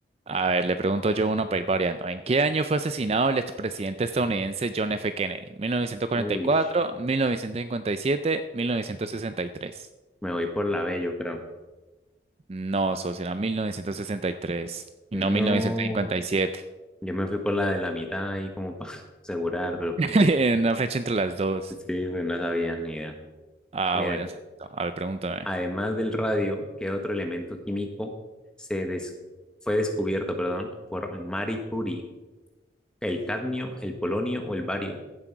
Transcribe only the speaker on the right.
A ver, le pregunto yo uno para ir variando. ¿En qué año fue asesinado el expresidente estadounidense John F. Kennedy? ¿1944,
1957, 1963?
No, socio, era 1963 y tres
y no 1957.
<laughs>
Una fecha entre las dos.
Ah,
bueno, exacto. A ver, pregúntame.